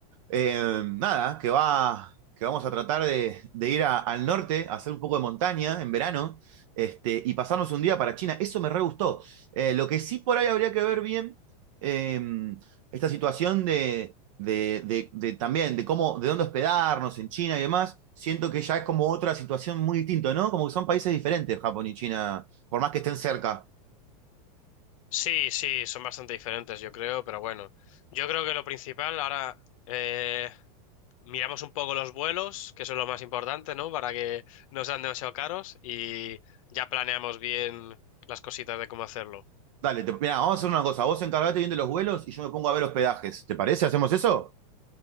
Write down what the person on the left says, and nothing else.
Sí, sí, son bastante diferentes, yo creo, pero bueno, yo creo que lo principal ahora eh, miramos un poco los vuelos, que eso es lo más importante, ¿no? Para que no sean demasiado caros y ya planeamos bien las cositas de cómo hacerlo.